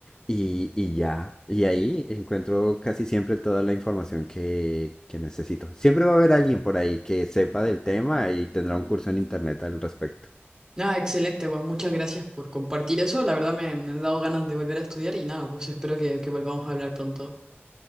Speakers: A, on the left; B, on the right.
A: y, y ya, y ahí encuentro casi siempre toda la información que, que necesito. Siempre va a haber alguien por ahí que sepa del tema y tendrá un curso en internet al respecto.
B: Nada, excelente, pues muchas gracias por compartir eso. La verdad me, me han dado ganas de volver a estudiar y nada, pues espero que, que volvamos a hablar pronto.